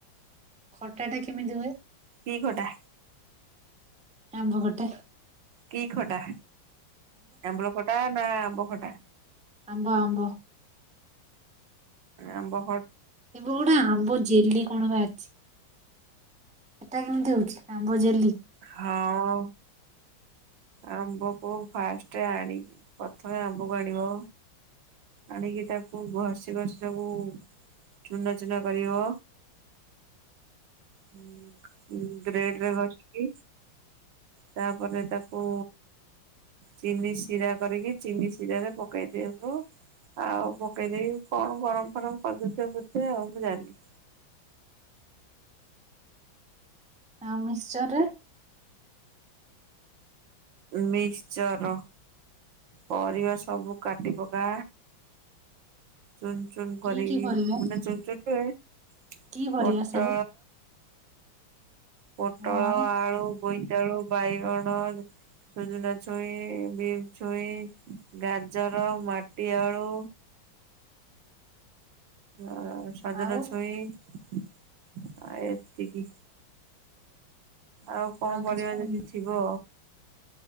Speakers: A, in the centre; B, on the right.
A: ଖଟା ଟା କେମିତି ହୁଏ?
B: କି ଖଟା?
A: ଆମ୍ବ ଖଟା।
B: କି ଖଟା ଆମ୍ବୁଲ ଖଟା ନା ଆମ୍ବ ଖ
A: ଆମ୍ବ, ଆମ୍ବ।
B: ଆମ୍ବ ଖ
A: ଏବେ ଗୋଟେ ଆମ୍ବ ଜେଲି କଣ ବାହାରିଚି? ସେଟା କେମିତି ହଉଛି ଆମ୍ବ ଜେଲି?
B: ହଁ। ଆମ୍ବକୁ ଫାଷ୍ଟ ଆଣି। ପ୍ରଥମେ ଆମ୍ବକୁ ଆଣିବ ଆଣିକି ତାକୁ ଘଷି ଘଷି ସବୁ ଚୁନା ଚୁନା କରିବ। ହୁଁ, ଉଁ, ଗ୍ରେଡ୍ ରେ ଘଷିକି ତାପରେ ତାକୁ ଚିନି ଶିରା କରିକି ଚିନି ଶିରରେ ପକେଇ ଦେବ। ଆଉ ପକେଇଦେଇକି କଣ ଗରମ ଫରମ କରିଦଉଥିବେ ବୋଧେ ଆଉ ମୁଁ ଜାଣିନି।
A: <inaudible> ଆଉ ମିଶ୍ଚର୍ ରେ?
B: ମିଶ୍ଚର ପରିବା ସବୁ କାଟି ପକା। ଚୁନ ଚୁନ
A: କି
B: କରିକି
A: କି ପରିବା
B: ମାନେ ଚୁନ ଚୁନ ନୁହେଁ।
A: କି
B: ପୋଟଳ
A: ପରିବା ସବୁ
B: ପୋଟଳ,
A: ହଁ
B: ଆଳୁ, ବୋଇତାଳୁ, ବାଇଗଣ ସୁଜୁନା ଛୁଇଁ, ବିମ ଛୁଇଁ, ଗାଜର, ମାଟି ଆଳୁ ଆ, ସଜନା
A: ଆଉ
B: ଛୁଇଁ ଆ, ଏତିକି। ଆଉ କଣ ପରିବା
A: କିଛି ପଡେନି
B: ଯଦି ଥିବ